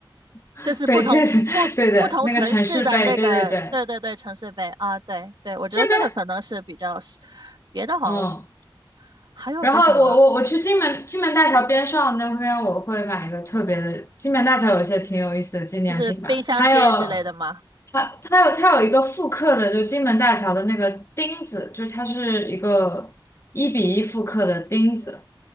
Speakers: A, on the left; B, on the right.
A: <laughs>
B: 就是不同不不同城市的那个，
A: 背对对对对，那个城市背，对对对，
B: 对对对，城市杯啊，对对，我觉得这个可能是比较实，
A: 这边。
B: 别的好像
A: 嗯，
B: 还有些什么，
A: 然后我我我去金门金门大桥边上那边，我会买一个特别的。金门大桥有一些挺有意思的纪念品吧，
B: 就是冰箱贴之类的吗？
A: 还有它它有它有一个复刻的，就金门大桥的那个钉子，就它是一个一比一复刻的钉子